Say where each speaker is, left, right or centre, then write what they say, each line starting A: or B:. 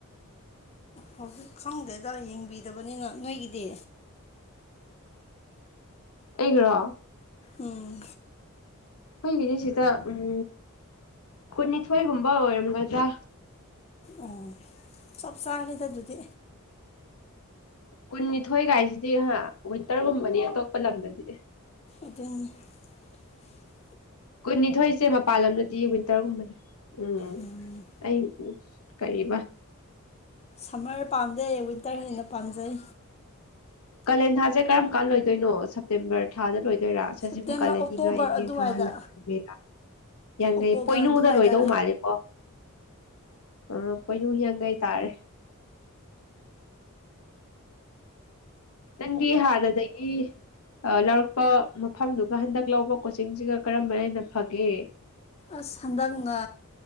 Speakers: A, on the left; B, on the left.
A: ꯍꯧꯖꯤꯛ ꯈꯪꯗ꯭ꯔꯦꯗ ꯌꯦꯡꯕꯤꯗꯕꯅꯤꯅ ꯅꯣꯏꯒꯤꯗꯤ
B: ꯑꯩꯒ꯭ꯔꯣ
A: ꯎꯝ
B: ꯑꯩꯈꯣꯏꯒꯤꯗꯤ ꯁꯤꯗ ꯎꯝ ꯀꯨꯟꯅꯤꯊꯣꯏꯒꯨꯝꯕ ꯑꯣꯏꯔꯝꯒꯗ꯭ꯔꯥ
A: ꯑꯣ ꯆꯞ ꯆꯥꯔꯦꯗ ꯑꯗꯨꯗꯤ
B: ꯀꯨꯟꯅꯤꯊꯣꯏꯒꯥꯏꯁꯤꯗꯤ ꯑ ꯋꯤꯟꯇꯔꯒꯨꯝꯕꯅꯤ ꯑꯇꯣꯞꯄ ꯂꯝꯗꯗꯤ
A: ꯑꯗꯨꯗꯒꯤ
B: ꯀꯨꯟꯅꯤꯊꯣꯏꯁꯦ ꯃꯄꯥꯟ ꯂꯝꯗꯗꯤ ꯋꯤꯟꯇꯔꯒꯨꯝꯕꯅꯦ ꯎꯝꯝ
A: ꯎꯝ
B: ꯑꯩ ꯎ ꯀꯩꯕ
A: ꯁꯝꯃꯔ ꯄꯥꯝꯖꯩ ꯋꯤꯟꯇꯔ ꯍꯦꯟꯅ ꯄꯥꯝꯖꯩ
B: ꯀꯥꯂꯦꯟꯊꯥꯁꯦ ꯀꯔꯝ ꯀꯥꯟꯗ ꯂꯣꯏꯗꯣꯏꯅꯣ ꯁꯦꯞꯇꯦꯝꯕꯔ ꯊꯥꯗ ꯂꯣꯏ ꯒꯦꯔꯥ ꯁꯖꯤꯕꯨ
A: ꯁꯦꯞꯇꯦꯝꯕꯔ
B: ꯀꯥꯂꯅꯤ
A: ꯑꯣꯛꯇꯣꯕꯔ
B: ꯏꯉꯥꯏ ꯏꯉꯦ
A: ꯑꯗꯨꯋꯥꯏꯗ
B: ꯊꯧꯋꯥꯜꯦꯔꯥ ꯌꯥꯡꯈꯩ
A: ꯑꯣꯛꯇꯣꯕꯔ
B: ꯄꯣꯏꯅꯨꯗ
A: ꯑꯗꯨꯋꯥꯏꯗ
B: ꯂꯣꯏꯗꯧ ꯃꯥꯜꯂꯦꯀꯣ ꯑ ꯄꯣꯏꯅꯨ ꯌꯥꯡ ꯇꯔ ꯅꯪꯒꯤ ꯍꯥꯗꯗꯗꯒꯤ ꯂꯧꯔꯛꯄ ꯃꯐꯝꯗꯨꯒ ꯍꯟꯗꯛ ꯂꯧꯕ ꯀꯣꯆꯤꯡꯁꯤꯒ ꯀꯔꯝꯕꯅ ꯍꯦꯟꯅ ꯐꯒꯦ
A: ꯑꯁ ꯍꯟꯗꯛꯅ